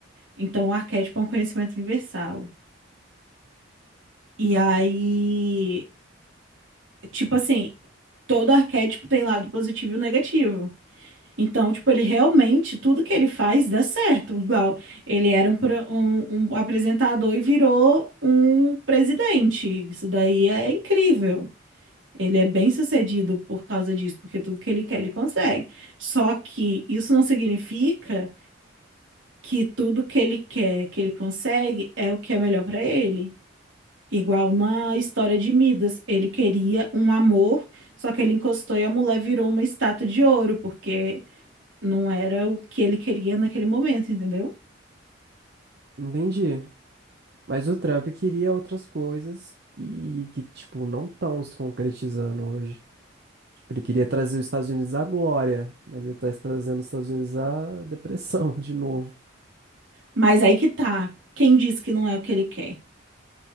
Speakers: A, on the right; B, on the right.
A: Então, o arquétipo é um conhecimento universal. E aí, tipo assim, todo arquétipo tem lado positivo e negativo. Então, tipo, ele realmente, tudo que ele faz dá certo. Igual, ele era um, pro- um, um apresentador e virou um presidente. Isso daí é incrível. Ele é bem sucedido por causa disso, porque tudo que ele quer, ele consegue. Só que isso não significa que tudo que ele quer, que ele consegue, é o que é melhor para ele. Igual na história de Midas, ele queria um amor, só que ele encostou e a mulher virou uma estátua de ouro, porque não era o que ele queria naquele momento, entendeu?
B: Entendi. Mas o Trump queria outras coisas e que, tipo, não estão se concretizando hoje. Tipo, ele queria trazer os Estados Unidos à glória, mas ele tá trazendo os Estados Unidos à depressão <laughs> de novo.
A: Mas aí que tá. Quem diz que não é o que ele quer?